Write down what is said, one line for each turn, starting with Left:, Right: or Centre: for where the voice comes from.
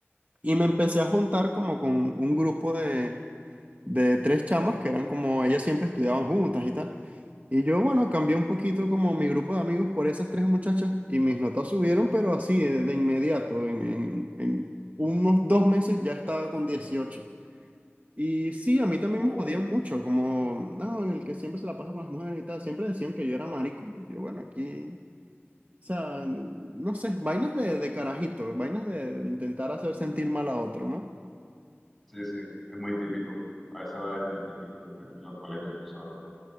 Right: Y me empecé a juntar como con un grupo de de tres chamas que eran como, ellas siempre estudiaban juntas y tal. Y yo, bueno, cambié un poquito como mi grupo de amigos por esas tres muchachas y mis notas subieron, pero así de, de inmediato, en, en, en unos dos meses ya estaba con dieciocho Y sí, a mí también
Centre: Oh,
Right: me jodían mucho, como, no, el que siempre se la pasa con las mujeres y tal, siempre decían que yo era marico. Y yo, bueno, aquí, o sea, no sé, vainas de, de carajito, vainas de intentar hacer sentir mal a otro, ¿no?
Centre: sí, sí, es muy típico. A esa edad es muy típico en, el- en los colegios sobre todo.